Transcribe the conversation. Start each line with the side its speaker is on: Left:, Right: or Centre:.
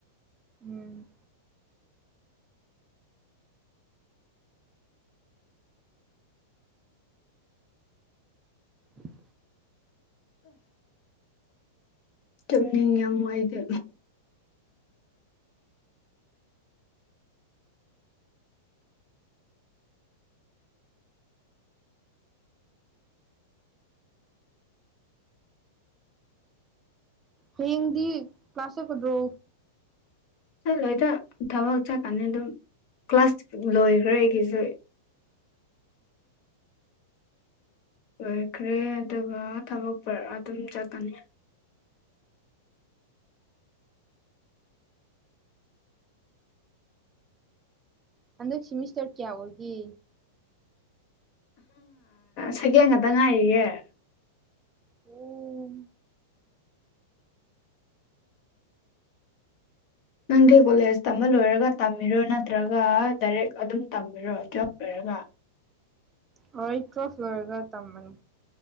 Right: ꯎꯝ ꯎꯝ
Left: ꯆꯨꯝꯅꯤꯡ ꯌꯥꯝꯅꯨꯡꯏꯗꯤ
Right: ꯍꯌꯦꯡꯗꯤ ꯀ꯭ꯂꯥꯁ ꯆꯠꯀꯗ꯭ꯔꯣ
Left: ꯆꯠꯂꯣꯏꯗ ꯊꯕꯛ ꯆꯠꯀꯅꯤ ꯑꯗꯨꯝ ꯀ꯭ꯂꯥꯁ ꯂꯣꯏꯈ꯭ꯔꯦ ꯑꯩꯒꯤꯁꯨ ꯂꯣꯏꯈ꯭ꯔꯦ ꯑꯗꯨꯒ ꯊꯕꯛ ꯑꯗꯨꯝ ꯆꯠꯀꯅꯤ
Right: ꯍꯟꯗꯛ ꯁꯤꯦꯃꯤꯁꯇꯔ ꯀꯌꯥ ꯑꯣꯏꯒꯦ
Left: ꯁꯒꯦꯝ ꯈꯇ ꯉꯥꯏꯔꯤꯌꯦꯦ
Right: ꯑꯣ
Left: ꯅꯪꯗꯤ ꯀꯣꯂꯦꯖ ꯇꯝꯕ ꯂꯣꯏꯔꯒ ꯇꯝꯃꯤꯔꯣ ꯅꯠꯇ꯭ꯔꯒ ꯗꯥꯏꯔꯦꯛ ꯑꯗꯨꯝ ꯇꯝꯕꯤꯔꯣ ꯇꯌꯦꯞ ꯂꯣꯏꯔꯒ
Right: ꯑꯣꯔ ꯀ꯭ꯔꯣꯐ ꯑꯣꯏꯔꯒ ꯇꯝꯃꯅꯤ